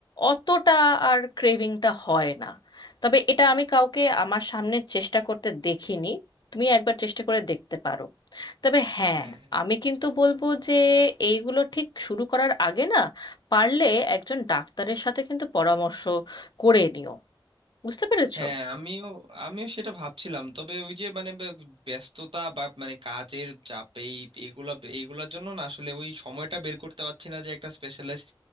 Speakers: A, on the left; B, on the right.
A: অতটা আর ক্রেভিংটা হয় না তবে এটা আমি কাউকে আমার সামনে চেষ্টা করতে দেখিনি তুমি একবার চেষ্টা করে দেখতে পারো তবে হ্যাঁ
B: হ্যাঁ
A: আমি কিন্তু বলবো যে এইগুলো ঠিক শুরু করার আগে না পারলে একজন ডাক্তারের সাথে কিন্তু পরামর্শ করে নিও বুঝতে পেরেছো
B: হ্যাঁ আমিও আমিও সেটা ভাবছিলাম তবে ওই যে মানে ব- ব্যস্ততা বা মানে কাজের চাপ এই এগুলা এগুলার জন্য না আসলে ওই সময়টা বের করতে পারছি না যে একটা স্পেশালিস্ট